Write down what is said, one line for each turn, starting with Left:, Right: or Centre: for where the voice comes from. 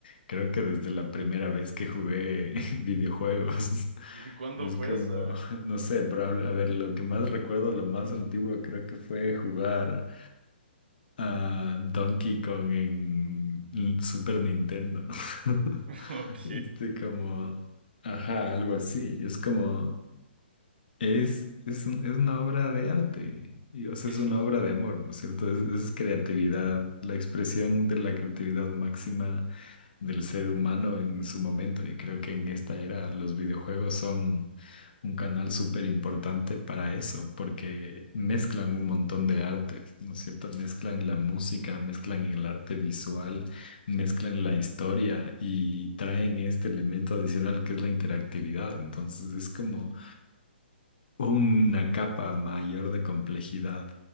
Left: creo que desde la primera vez que jugué <laughs> videojuegos.
Right: ¿Y cuándo
Left: Es
Right: fue
Left: como,
Right: esa?
Left: <laughs> no sé, probable, a ver, lo que más recuerdo, lo más antiguo creo que fue jugar a Donkey Kong en l- Super Nintendo. <laughs>
Right: <laughs> ok.
Left: Este como, ajá, algo así, es como... Es, es, un- es una obra de arte, y, o sea,
Right: <laughs>
Left: es una obra de amor, ¿no es cierto? Es, es creatividad, la expresión de la creatividad máxima del ser humano en su momento. Y creo que en esta era los videojuegos son un canal súper importante para eso, porque mezclan un montón de artes, ¿no es cierto? Mezclan la música, mezclan el arte visual, mezclan
Right: Ujú.
Left: la historia y traen este elemento adicional que es la interactividad. Entonces es como una capa mayor de complejidad